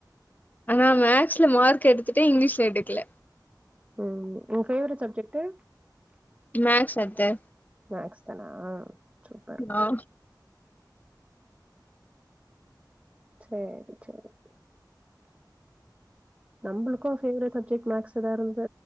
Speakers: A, on the left (about 25°); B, on the right (about 15°).
A: ஆனா மேக்ஸ்ல மார்க் எடுத்துட்டே இங்கிலீஷ்ல எடுக்கல
B: உம் உங்க பேவரட் சப்ஜெக்டு
A: மேக்ஸ் அத்த
B: மேக்ஸ் தானா சூப்பர்
A: ஆ
B: சேரி சேரி நம்மளுக்கோ வேவரட் சப்ஜெக்ட் மேக்ஸ் தா இருந்த